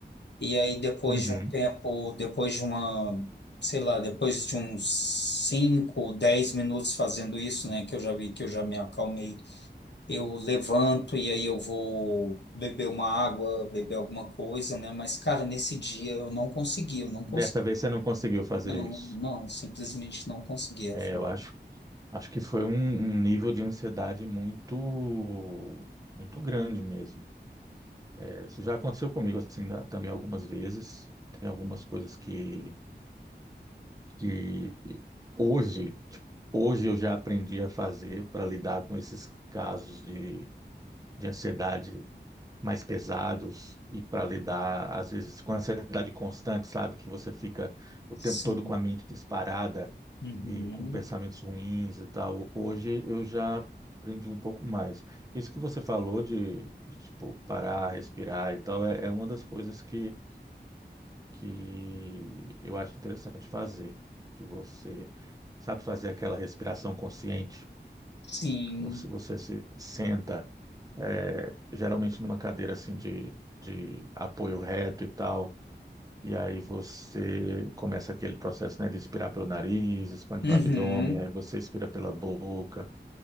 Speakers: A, on the left (about 75°); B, on the right (about 20°).
A: E aí, depois
B: Uhum.
A: de um tempo, depois de uma. Sei lá, depois de uns cinco dez minutos fazendo isso, né? Que eu já vi que eu já me acalmei eu levanto e aí eu vou beber uma água, beber alguma coisa, né? Mas, cara, nesse dia eu não consegui, eu não consegui.
B: Dessa vez você não conseguiu fazer
A: Não,
B: isso.
A: não, simplesmente não consegui. Rafael.
B: É, eu acho, acho que foi um, um nível de ansiedade muito, muito grande mesmo. É, isso já aconteceu comigo assim da- também algumas vezes. Tem algumas coisas que, que hoje, tipo, hoje eu já aprendi a fazer para lidar com esses casos de, de ansiedade mais pesados e para lidar, às vezes, com ansiedade constante, sabe? Que você fica o tempo
A: Sim.
B: todo com a mente disparada
A: Uhum.
B: e com pensamentos ruins e tal. Hoje eu já aprendi um pouco mais. Isso que você falou de, de, tipo, parar, respirar e tal, é, é uma das coisas que, que eu acho interessante fazer. Que você sabe fazer aquela respiração consciente,
A: Sim.
B: você, você se senta é, geralmente numa cadeira assim de, de apoio reto e tal. E aí você começa aquele processo, né, de expirar pelo nariz, expande
A: Uhum.
B: no abdômen, aí você expira pela boca